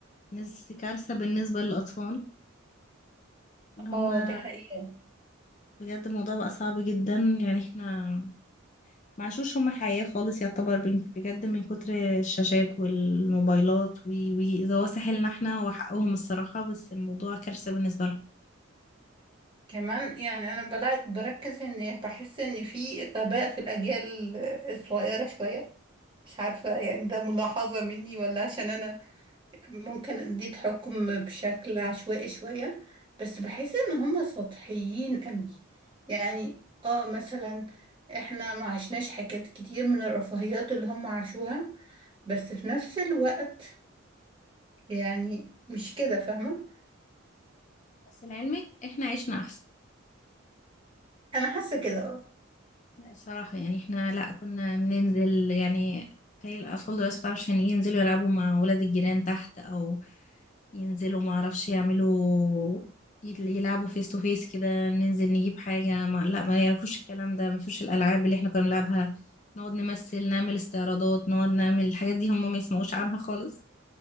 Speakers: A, on the left (about 35°); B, on the right (about 25°).
A: ناس كارثة بالنسبة للأطفال ان هما
B: اه دي حقيقة
A: بجد الموضوع بقى صعب جدا يعني احنا معشوش هما حياة خالص يعتبر بن- بجد من كتر الشاشات والموبايلات وي وي إذا هو ساحلنا احنا وحقهم الصراحة بس الموضوع كارثة بالنسبة لهم
B: كمان يعني انا بلا- بركز ان بحس ان في غباء في الاجيال الصغيرة شوية مش عارفة يعني ده ملاحظة مني ولا عشان انا ممكن دي تحكم بشكل عشوائي شوية بس بحس ان هم سطحيين قوي يعني اه مثلا احنا ما عشناش حاجات كتير من الرفاهيات اللي هم عاشوها بس في نفس الوقت يعني مش كده فاهمة
A: بس لعلمك احنا عشنا أحسن
B: انا حاسة كده اه
A: لا الصراحة يعني احنا لا كنا بننزل يعني تخيل الأطفال دلوقتي مبتعرفش عشان ينزلوا يلعبوا مع ولاد الجيران تحت أو ينزلوا معرفش يعملوا يت- يلعبوا فيس تو فيس كده ننزل نجيب حاجة ما لا ما يعرفوش الكلام ده ما فيش الألعاب اللي احنا كنا بنلعبها نقعد نمثل نعمل استعراضات نقعد نعمل الحاجات دي هم ما يسمعوش عنها خالص